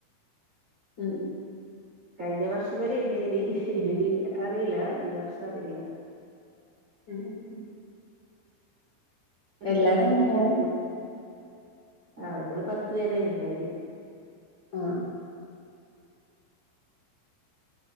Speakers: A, on the left; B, on the right.
A: ഉം
B: കഴിഞ്ഞ വർഷം വരെെയുണ്ട് ഇനി ഇനി അറിയില്ല ഈ വർഷം അറിയില്ല
A: ഉം ഉ
B: ഒരു
A: എല്ലാരും
B: ദിവസ രട്ട
A: പോവും
B: അടിപൊളി ആ് നമ്മള് പത്ത പേരന ഉണ്ടായിന്
A: ആഹ